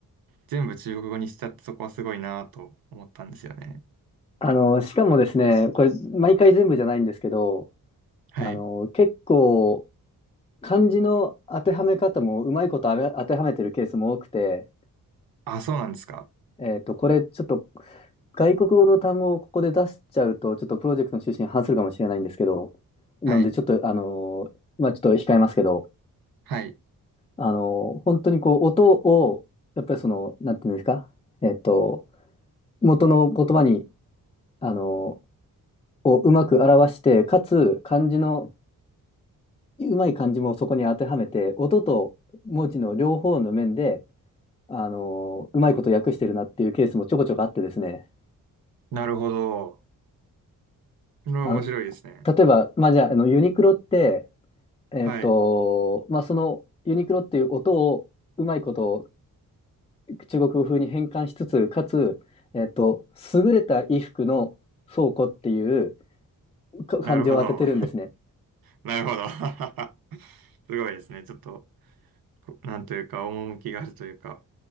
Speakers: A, on the right (about 80°); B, on the left (about 20°).
A: 全部中国語にしちゃってそこはすごいなと思ったんですよね。
B: あの、しかもですね、これ、毎回全部じゃないんですけど、
A: はい。
B: あの、結構、漢字の当てはめ方もうまいことあれ当てはめてるケースも多くて、
A: あ、そうなんですか。
B: えっと、これ、ちょっと、外国語の単語をここで出しちゃうと、ちょっとプロジェクトの趣旨に反するかもしれないんですけど、なので、
A: はい。
B: ちょっと、あの、まあ、ちょっと控えますけど、
A: はい。
B: あの、本当にこう、音を、やっぱりその、なんていうんですか、えっと、元の言葉に、あの、をうまく表して、かつ、漢字のうまい漢字もそこに当てはめて、音と文字の両方の面で、あのうまいこと訳してるなっていうケースもちょこちょこあってですね。
A: なるほど。これは面白いですね。
B: あ、例えば、まあ、じゃあ、あの、ユニクロって、えっと、
A: はい。
B: まあ、そのユニクロっていう音をうまいこと中国語風に変換しつつ、かつ、えっと、優れた衣服の倉庫っていうか漢字を当ててるんですね。
A: なるほど。なるほど。<laughs> すごいですね。ちょっと、こなんというか、趣があるというか。